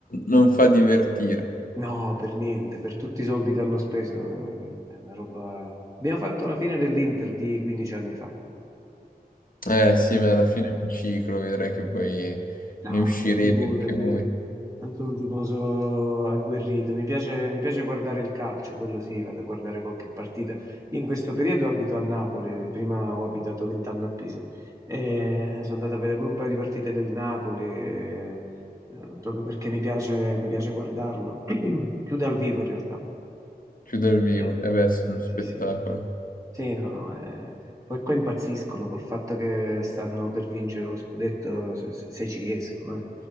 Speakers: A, on the left; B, on the right.
A: non fa divertire.
B: no, per niente, per tutti i soldi che hanno speso, eh, è una roba... Abbiamo fatto la fine dell'Inter di 15 anni fa.
A: Eh
B: Vabbè.
A: sì, ma alla fine è un ciclo, vedrai che poi
B: No,
A: ne uscirete
B: vabbè, figurati,
A: anche voi,
B: non sono un tifoso agguerrito, mi piace, mi piace guardare il calcio, quello sì, vado a guardare qualche partita. Io in questo periodo abito a Napoli, prima ho abitato 20 anni a Pisa, e sono andato a vedere pure un paio di partite del Napoli, eh, eh, proprio perché mi piace, mi piace guardarlo, <clears throat> più dal vivo in realtà.
A: più dal vivo.
B: Eh,
A: E beh, sì,
B: sì,
A: è uno spettacolo.
B: sì, sì. Sì, no, no, eh, poi qua impazziscono col fatto che stanno per vincere lo scudetto, se, se- se ci riescono, eh.